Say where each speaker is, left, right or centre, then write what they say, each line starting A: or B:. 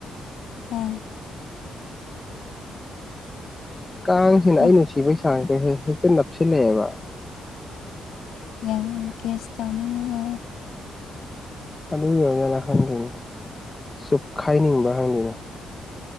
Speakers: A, on the left; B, on the left.
A: ꯑꯥ
B: ꯀꯥꯡꯁꯤꯅ
A: ꯆꯠ
B: ꯑꯩ ꯅꯨꯡꯁꯤꯕꯒꯤ ꯆꯥꯡꯁꯤꯗ ꯍꯦꯛꯇ ꯅꯞꯁꯤꯜꯂꯛꯑꯦꯕ
A: ꯌꯥꯝ ꯀꯦꯁ ꯇꯧꯅꯤꯉ
B: ꯑꯗꯨꯒꯤꯅ ꯈꯪꯗꯣꯏꯅꯦ ꯆꯨꯞꯈꯥꯏꯅꯤꯡꯕ ꯈꯪꯗꯣꯏꯅꯦ ꯍ